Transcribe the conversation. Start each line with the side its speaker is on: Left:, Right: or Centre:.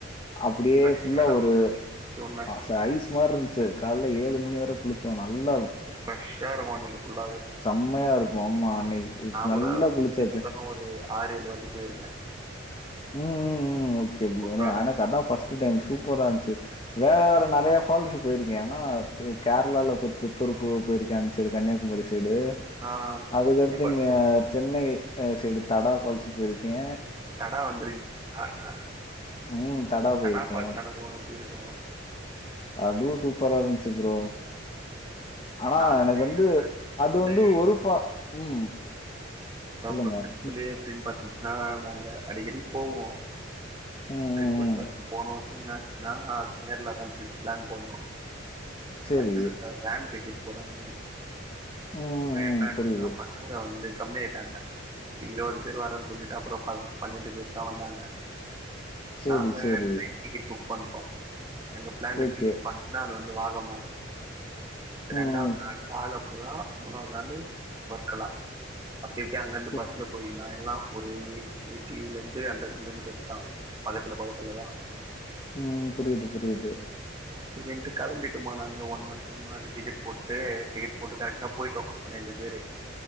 Left: அப்படியே
Right: ஃப்ரெஷ்ஷா
Left: ஃபுல்லா
Right: இருக்கு
Left: ஒரு
Right: ப்ரோ குளிச்சு முடிச்ச உடன
Left: ச ஐஸ் மாதிரி இருந்துச்சு கால ஏழு மணி வேற குளிச்சோம் நல்லா
Right: ஃப்ரெஷ் இருக்கும் அன்னைக்கு புல்லாவே
Left: செம்மையா இருக்கு ஆமா அன்னைக்கு நல்லா
Right: கூட
Left: குளிச்சாச்ச
Right: எப்டி பாத்தாலு ஒரு ஆறு ஏழு வாட்டி போயிருக்க
Left: ம் ம் ம் ஓகே ப்ரோ
Right: குற்றாலமு
Left: எனக்கு அதா பர்ஸ்ட்ட் டைம் சூப்பர இருந்துச்சு வேற வேற நிறைய பால்ஸ் போயிருக்கே ஆனா கேரளால போய் திருப்பறுப்பு போயிருக்கே அந்த சைடு கன்னியாகுமரி சைடு
Right: ஆ
Left: அதுக்கடுத்
Right: திருப்பரப்பூர்
Left: இங்க சென்னை சைடு தடா பால்ஸ் போயிருக்கே
Right: தடா வந்திருக்கீங்களா
Left: ம் போயிருக்கேன்.
Right: தடா பால்ஸ் அனுபவம் எப்படி இருக்கும்
Left: அது சூப்பர்ரா இருந்துச்சு ப்ரோ
Right: ம்
Left: ஆனா
Right: நாங்க
Left: எனக்கு வந்து
Right: ட்ரிப்புலயே
Left: அது வந்து ஒரு பா ம்
Right: அதா
Left: சொல்லுங்க.
Right: ப்ரோ ட்ரிப்புலே
Left: ம்,
Right: எப்படின்னு பாத்தீங்கன்னா நாங்க அடிக்கடி போவோ
Left: ம் ம்,
Right: ட்ரிப்புன்னு
Left: ம்.
Right: போன வருஷம் என்ன அச்சுனா கேரளா தா ட்ரிப் பிளான் பண்ணோ
Left: சரி.
Right: ஃபர்ஸ்ட் நாங்க வேன் பேசிட்டு போற மாதிரி
Left: ம், ம்,
Right: அப்புறம் என்ன
Left: ம்.
Right: ஆச்சுன்னா
Left: புரியுது.
Right: அங்க வந்து கம்மியிட்டாங்க இப்படி இருவதுபேர் வரேன்னு சொல்லிட்டு அப்புறம் பன்ரெண்டு பேர் தா வந்தாங்க
Left: சரி,
Right: நாங்க
Left: சரி.
Right: ட்ரெயின் டிக்கெட் புக் பண்ணிட்டோ எங்க பிளான்
Left: ஓகே.
Right: எப்படின்னா ஃபர்ஸ்ட் நாள் வந்து வாகம்மா
Left: ம்,
Right: இரண்டாவது நாள் ஆலப்புழா மூணாவது நாள் வர்கலா ஆப்படி ஆப்டி அங் இருந்து
Left: ம்.
Right: பஸ்ல போய் இதா எல்லா ஒரு எயிட்டில இருந்து ஹண்ட்ரட் கிலோமீட்டர்ஸ் தா பக்கத்துல பக்கத்துல தா
Left: ம் ம் புரியுது புரியுது
Right: சரி ரன்ட்டு கிளம்பிட்டோமா நாங்க ஒன் மந்த்துக்கு முன்னாடி டிக்கெட் போட்டு டிக்கெட் போட்டு கரெக்டா போயட்டோ பண்ரெண்டு பேர்